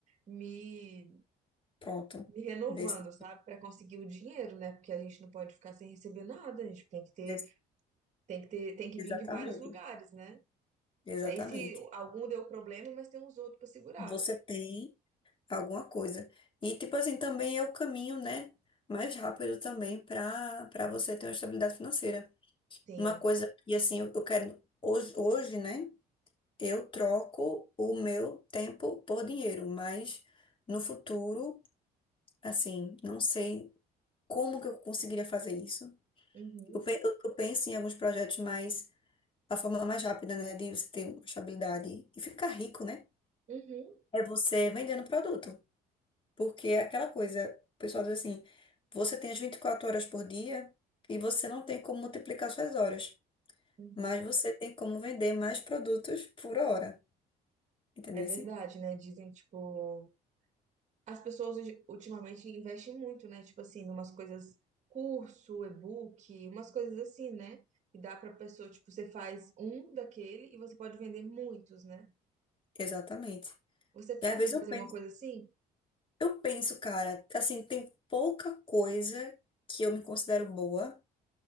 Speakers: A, on the right; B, on the left.
A: me,
B: pronto.
A: me renovando,
B: Desse,
A: sabe? Pra conseguir o dinheiro, né? Porque a gente não pode ficar sem receber nada, a gente tem que ter,
B: desse-
A: tem que ter, tem que
B: exatamente,
A: vir de vários lugares, né?
B: exatamente.
A: E aí se algum deu problema, mas tem uns outros pra segurar.
B: Você tem alguma coisa. E tipo assim, também é o caminho, né, mais rápido também para para você ter uma estabilidade financeira.
A: Sim.
B: Uma coisa que assim, eu, eu quero hoje, hoje, né, eu troco o meu tempo por dinheiro, mas no futuro, assim, não sei como que eu conseguiria fazer isso.
A: Uhum.
B: Eu, pe- eu, eu penso em alguns projetos mais a forma mais rápida, né, de você ter uma estabilidade e ficar rico, né?
A: Uhum.
B: É você vendendo produto. Porque é aquela coisa, o pessoal diz assim, você tem as 24 horas por dia e você não tem como multiplicar suas horas,
A: Uhum.
B: mas você tem como vender mais produtos por hora, entendeu?
A: É verdade,
B: Ex-
A: né? Dizem, tipo, as pessoas hoje- ultimamente investem muito, né? Tipo assim, umas coisas, curso, e-book, umas coisas assim, né? E dá pra pessoa, tipo, você faz um daquele e você pode vender muitos, né?
B: Exatamente.
A: Você pensa
B: E às vezes
A: em
B: eu
A: fazer
B: penso,
A: uma coisa assim?
B: eu penso, cara, assim, tem pouca coisa que eu me considero boa,